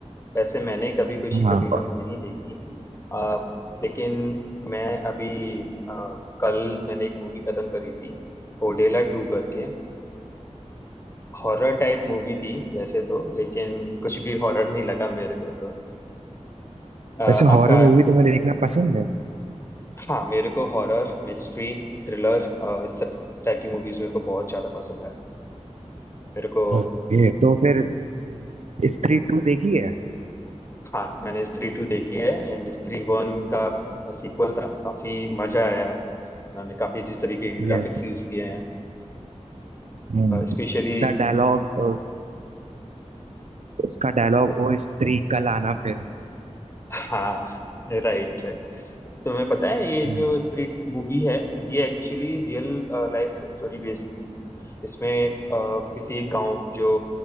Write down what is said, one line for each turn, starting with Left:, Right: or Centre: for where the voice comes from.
Left: वैसे मैंने कभी खुशी
Right: हाँ
Left: कभी गम
Right: और
Left: नहीं देखी आ, लेकिन मैं अभी आ, कल मैंने एक मूवी खत्म करी थी ओडेला टू करके हॉरर टाइप मूवी थी वैसे तो लेकिन कुछ भी हॉरर नहीं लगा मेरे को तो आ,
Right: वैसे हॉरर
Left: आपका
Right: मूवी तुम्हें देखना पसंद है
Left: हाँ मेरे को हॉरर मिस्ट्री थ्रिलर इस सब टाइप की मूवीज मेरे को बहुत ज्यादा पसंद है मेरे को
Right: ओके तो फिर स्त्री टू देखी है
Left: हाँ मैंने स्त्री टू देखी है एंड स्त्री वन का सीक्वल था काफी मजा आया उन्होंने काफी जिस तरीके के ग्राफिक्स
Right: यस
Left: यूज किए हैं
Right: हम्म
Left: स्पेशली
Right: द डायलॉग उस, उसका डायलॉग ओ स्त्री कल आना फिर
Left: हाँ Right right तुम्हें पता है ये
Right: हम्म,
Left: जो स्त्री मूवी है ये actually real life story based थी इसमें अ, किसी एक गांव जो